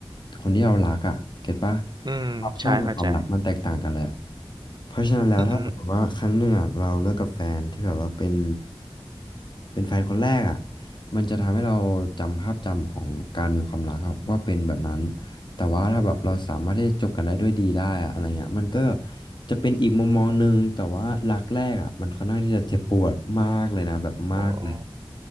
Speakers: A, on the left (about 55°); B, on the right (about 50°).
A: คนที่เรารักอะเก็ตปะ
B: อืมใช่เข้าใจ
A: ความชอบกับความรักมันแตกต่างกันเลยอะ เพราะฉะนั้นแล้วถ้าสมมติว่าครั้งหนึ่งอ่ะเราเลิกกับแฟนที่แบบว่าเป็น
B: อือฮึ
A: เป็นแฟนคนแรกอ่ะมันจะทำให้เราจำภาพจำของการมีความรักครับว่าเป็นแบบนั้นแต่ว่าถ้าแบบเราสามารถที่จะจบกันได้ด้วยดีได้อะอะไรเงี้ยมันก็จะเป็นอีกมุมมองหนึ่งแต่ว่ารักแรกอ่ะมันค่อนข้างที่จะเจ็บปวดมากเลยนะแบบมากเลย
B: โอ้